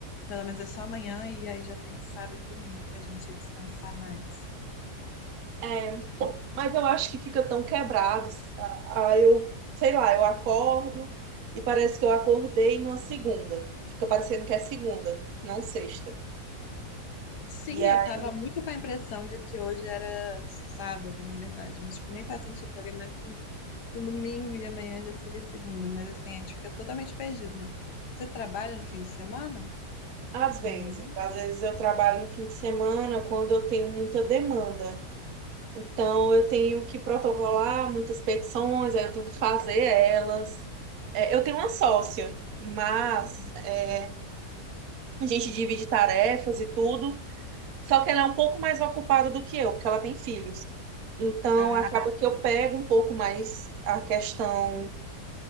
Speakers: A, on the left; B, on the right.
A: pelo menos é só amanhã e aí já tem sábado e domingo pra gente descansar mais.
B: É, mas eu acho que fica tão quebrado. Ah, eu, sei lá, eu acordo e parece que eu acordei numa segunda. Fica parecendo que é segunda, não sexta.
A: Sim,
B: E aí,
A: eu tava muito com a impressão de que hoje era sábado, na verdade, mas tipo, nem faz sentido, estaria mais pro, pro domingo e amanhã já seria segunda, mas assim, a gente fica totalmente perdido, né? Você trabalha no fim de semana,
B: às vezes,
A: normalmente?
B: às vezes eu trabalho no fim de semana quando eu tenho muita demanda. Então, eu tenho que protocolar muitas petições, aí eu tenho que fazer elas. É, eu tenho uma sócia, mas
A: Hum.
B: é, a gente divide tarefas e tudo, só que ela é um pouco mais ocupada do que eu, porque ela tem filhos. Então,
A: Ah,
B: acaba que eu pego um pouco mais a questão